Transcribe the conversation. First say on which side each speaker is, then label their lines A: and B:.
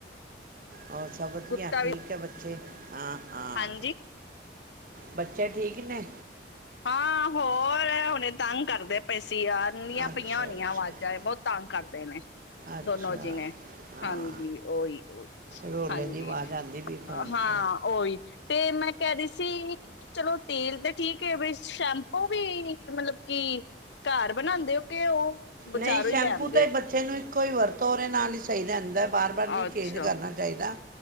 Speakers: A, on the right; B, on the left.
A: ਹੋਰ ਸਭ ਵਧੀਆ
B: ਗੁੱਤਾ
A: ਠੀਕ
B: ਵੀ
A: ਹੈ ਬੱਚੇ ਹਾਂ ਹਾਂ
B: ਹਾਂਜੀ
A: ਬੱਚੇ ਠੀਕ ਨੇ
B: ਹਾਂ ਹੋਰ ਹੁਣੇ ਤੰਗ ਕਰਦੇ ਪੈਸੇ ਸੀ ਆੀਆਂ
A: ਅੱਛਾ
B: ਪਈਆਂ ਹੋਣੀਆਂ
A: ਅੱਛਾ
B: ਆਵਾਜ਼ਾਂ ਬਹੁਤ ਤੰਗ ਕਰਦੇ ਨੇ
A: ਅੱਛਾ
B: ਦੋਨੋ ਜੀ ਨੇ
A: ਹਾਂ
B: ਹਾਂਜੀ ਓਹੀ ਓਹੀ
A: ਰੋਲੇ
B: ਹਾਂਜੀ
A: ਦੀ ਆਵਾਜ਼ ਆਉਂਦੀ ਵੀ ਫੋਨ
B: ਹਾਂ
A: 'ਚ
B: ਓਹੀ ਤੇ ਮੈਂ ਕਹਿ ਦ ਸੀ ਚਲੋ ਤੇਲ ਤੇ ਠੀਕ ਕਿ ਵੀ ਸ਼ੈਂਪੂ ਵੀ ਮਤਲਬ ਕਿ ਘਰ ਬਣਾਉਦੇ ਹੋ ਕੇ ਉਹ ਬਜ਼ਾਰੋਂ
A: ਨਹੀਂ ਸ਼ੈਂਪੂ
B: ਹੀ ਲੈ ਆਉਂਦੇ
A: ਤੇ
B: ਹੋ
A: ਬੱਚੇ ਨੂੰ ਕੋਈ ਵਰਤੋ ਰੇ ਨਾਲ ਈ ਸਹੀ ਰੈਂਦਾ ਐ। ਬਾਰ ਬਾਰ ਨੀ
B: ਅੱਛਾ
A: ਚੇਂਜ ਕਰਨਾ ਚਾਈਦਾ। ਦਾ